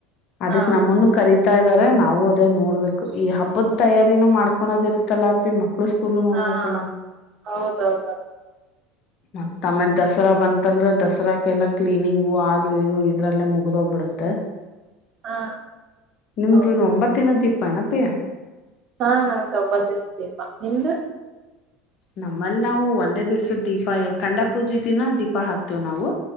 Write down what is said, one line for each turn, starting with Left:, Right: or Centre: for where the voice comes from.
Left: ಅದಕ್
Right: ಹಾ
Left: ನಮ್ಮನ್ನು ಕರಿ <unintelligible> ಇದಾರೆ ನಾವು ಅದೇ ನೋಡ್ಬೇಕು ಈ ಹಬ್ಬದ ತಯಾರಿನೂ ಮಾಡ್ಕೊಳೋದಿರ್ತ್ತಲ್ಲ ಅಪ್ಪಿ ಮಕ್ಕ <unintelligible> ಸ್ಕೂಲ್ ನೋಡ್ಬೇಕಲ್ಲ
Right: ಹಾ ಹೌದೌದು
Left: ಮತ್ತ ಆಮೇಲೆ ದ ದಸರಾ ಬಂತಂದ್ರೆ ದಸರಾಕೆಲ್ಲಾ ಕ್ಲೀನಿಂಗು ಆದು ಇದು ಇದ್ರಲ್ಲೇ ಮುಗ್ದೋಗ್ಬಿಡುತ್ತೆ.
Right: ಹಾ
Left: ನಿಮ್ದಿನ್
Right: ಹೌದು
Left: ಒಂಬತ್ತಿನ ದೀಪ ಏನಪ್ಪಿ.
Right: ಹಾ ನಾಂದು ಒಂಬಾತ್ತಿ ದಿನ ನಿಮ್ದು
Left: ನಮ್ಮಲ್ಲಿ ನಾವು ಒಂದೇ ದಿವ್ಸದ ದೀಪ ಖಂಡ ಪೂಜೆ ದಿನ ದೀಪ ಹಾಕ್ತೇವ್ ನಾವು